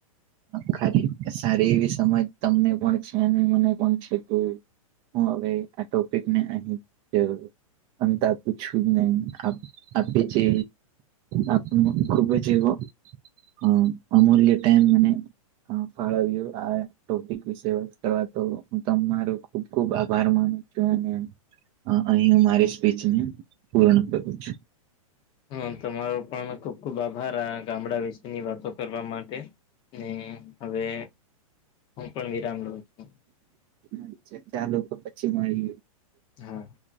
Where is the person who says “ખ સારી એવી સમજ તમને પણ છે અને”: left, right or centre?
Right